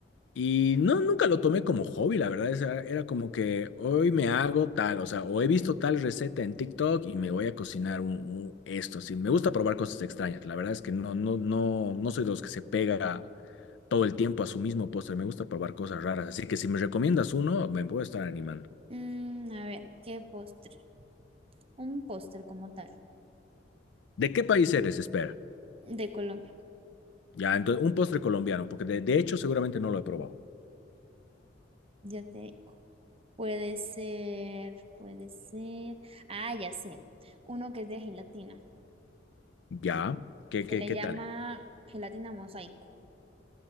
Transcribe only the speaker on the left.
Y no, nunca lo tomé como hobby, la verdad. o sea, era como que hoy me hago tal, o sea, o he visto tal receta en TikTok y me voy a cocinar un, un esto. Sí, me gusta probar cosas extrañas. La verdad es que no, no, no, no soy de los que se pega todo el tiempo a su mismo postre. Me gusta probar cosas raras. Así que si me recomiendas uno, me voy a estar animando.
¿De qué país eres? Espera.
Ya, entonces, un postre colombiano, porque de, de hecho seguramente no lo he probado.
Ya, ¿qué,
qué,
qué
tal?